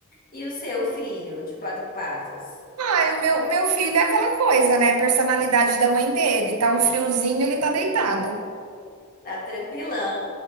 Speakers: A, on the left; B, on the right.
A: E o seu filho de quatro patas?
B: Ai, o meu, meu filho é aquela coisa, né? Personalidade da mãe dele. Tá um friozinho, ele tá deitado.
A: Tá tranquilão.